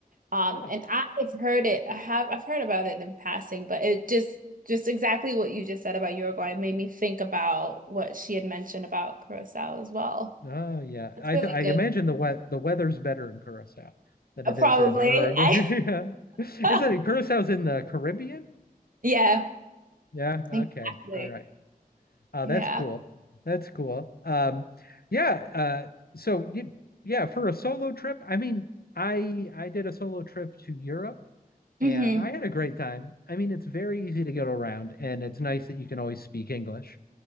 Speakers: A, on the right (about 65°); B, on the left (about 85°).
A: Um,
B: Ah.
A: and I've heard it. I have I've heard about it in passing, but it just just exactly what you just said about Uruguay made me think about what she had mentioned about Curacao as well.
B: Oh yeah,
A: That's
B: I
A: really
B: th I
A: good.
B: imagine the wet the weather's better in Curacao than
A: Uh,
B: it
A: Probably.
B: is in Uruguay.
A: <laughs> I,
B: <laughs> Yeah, is it
A: <laughs>
B: Curacao's in the Caribbean?
A: yeah,
B: Yeah. Okay.
A: exactly.
B: All right. Uh, that's
A: Yeah.
B: cool. That's cool. Um, yeah. Uh, so you yeah for a solo trip. I mean, I I did a solo trip to Europe
A: hmm
B: and I had a great time. I mean, it's very easy to get around, and it's nice that you can always speak English.